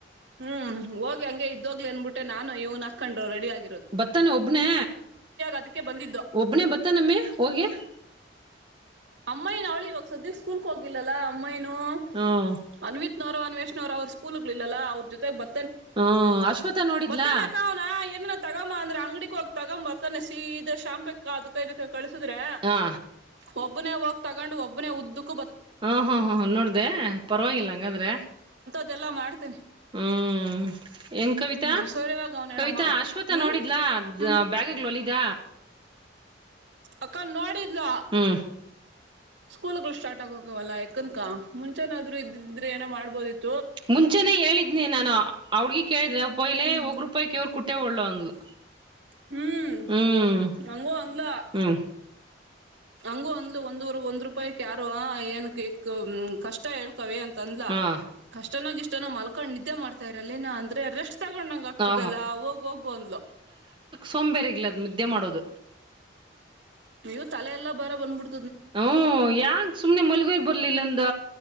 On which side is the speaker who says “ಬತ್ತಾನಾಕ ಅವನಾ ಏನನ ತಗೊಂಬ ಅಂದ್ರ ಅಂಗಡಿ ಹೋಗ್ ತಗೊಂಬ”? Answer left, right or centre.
Right